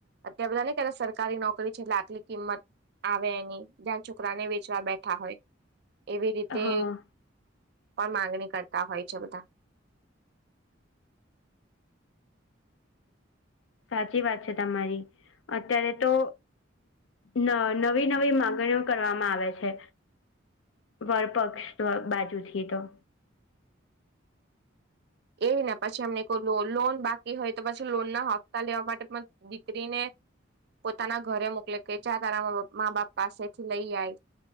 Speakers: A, on the right; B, on the left.
A: અતાર બધા ને, ક સરકારી નોકરી છે, એટલે આટલી કિંમત આવે, એની જ્યાં છોકરાને વેચવા બેઠા હોય. એવી રીતે
B: હા
A: પણ માંગણી કરતા હોય છે બધા.
B: સાચી વાત છે તમારી, અત્યારે તો ન નવી-નવી મામાંગણીઓ કરવામાં આવે છે. વળપક્ષ બાજુથી તો.
A: એવી ને પછી એમને લોન બાકી હોય તો, પછી લોન ના હપ્તા લેવા માટે. દીકરી ને. પોતાના ઘરે મોકલે કે, ચા તારા મા બાપ પાસેથી લઈ આવીય.